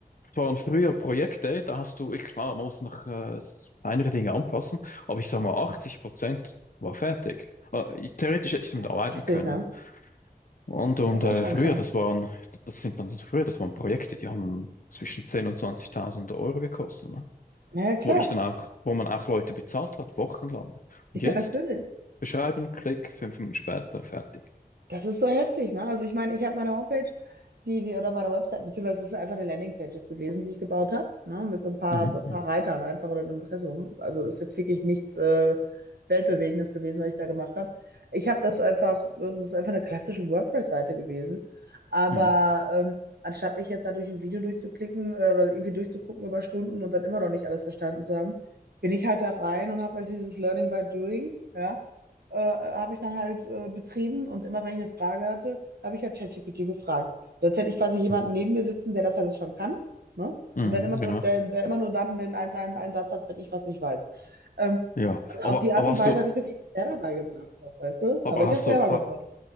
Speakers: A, on the left; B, on the right.
A: Es waren früher Projekte, da hast du, ich, klar, man muss noch äh, kleinere Dinge anpassen, aber ich sage mal, 80 Prozent war fertig. Äh, ich, theoretisch hätte ich damit
B: Das
A: arbeiten
B: ist heftig,
A: können.
B: ne?
A: Und, und
B: Das
A: äh,
B: ist schon
A: früher,
B: krass.
A: das waren, das sind dann das früher, das waren Projekte, die haben zwischen 10.000 und 20.000 Euro gekostet, ne?
B: Na ja, klar.
A: Wo ich dann auch, wo man auch Leute bezahlt hat, wochenlang. Und
B: Ja,
A: jetzt
B: natürlich.
A: beschreiben, klick, fünf Minuten später, fertig.
B: Das ist so heftig, ne? Also ich meine, ich habe meine Homepage, die, die, oder meine Website, beziehungsweise es ist einfach eine Landingpage jetzt gewesen, die ich gebaut habe, ne? Mit so ein paar,
A: Mhm,
B: ein paar
A: mhm,
B: Reitern einfach oder einem Impressum. Also ist jetzt wirklich nichts äh, Weltbewegendes gewesen, was ich da gemacht habe. Ich habe das einfach, das ist einfach eine klassische WordPress-Seite gewesen. Aber
A: mhm,
B: ähm, anstatt mich jetzt da durch ein Video durchzuklicken äh, oder irgendwie durchzugucken über Stunden und dann immer noch nicht alles verstanden zu haben, bin ich halt da rein und habe halt dieses Learning by Doing, ja äh, habe ich dann halt äh, betrieben und immer wenn ich eine Frage hatte, habe ich halt ChatGPT gefragt. Sonst hätte ich quasi jemanden
A: mhm,
B: neben mir sitzen, der das alles schon kann, ne?
A: mhm,
B: Und dann immer nur,
A: genau.
B: der, der immer nur dann den einen, seinen Einsatz hat, wenn ich was nicht weiß. Ähm,
A: Ja,
B: also
A: aber,
B: auf die Art
A: aber
B: und
A: hast
B: Weise
A: du,
B: habe ich mir das selber beigebracht, weißt du?
A: aber
B: Aber ich
A: hast
B: habe es selber
A: du, Aber
B: gebaut.